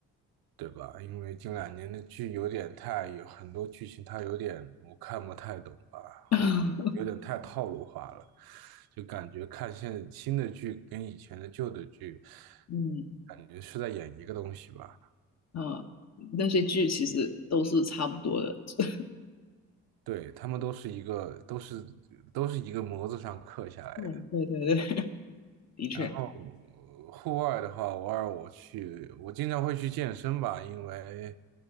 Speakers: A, on the right; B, on the left.
A: 对吧？因为近两年的剧有点太，有很多剧情它有点我看不太懂吧，
B: <laughs>
A: 或者有点太套路化了，就感觉看现在新的剧跟以前的旧的剧，
B: 嗯
A: 感觉是在演一个东西吧。
B: 啊，那些剧其实都是差不多的。<laughs>
A: 对，他们都是一个，都是都是一个模子上刻下来的。
B: 对，对对对，的确，
A: 然后呃户外的话，偶尔我去，我经常会去健身吧，因为